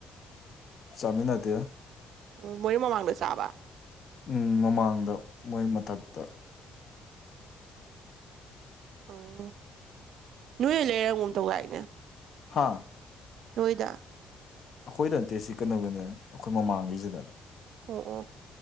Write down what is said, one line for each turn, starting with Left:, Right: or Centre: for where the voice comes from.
Left: ꯆꯥꯃꯤꯟꯅꯗꯦ
Right: ꯎꯝ ꯃꯣꯏ ꯃꯃꯥꯡꯗ ꯆꯥꯕ
Left: ꯎꯝ ꯃꯃꯥꯡꯗ ꯃꯣꯏ ꯃꯊꯛꯇ
Right: ꯑꯣ ꯅꯣꯏꯔ ꯂꯩꯔꯝꯒꯨꯝ ꯇꯧꯗꯥꯏꯅꯦ
Left: ꯍꯥꯥ
Right: ꯅꯣꯏꯗ
Left: ꯑꯈꯣꯏꯗ ꯅꯠꯇꯦ ꯁꯤ ꯀꯩꯅꯣꯒꯤꯅꯦ ꯑꯈꯣꯏ ꯃꯃꯥꯡꯒꯤꯁꯤꯗ
Right: ꯑꯣ ꯑꯣ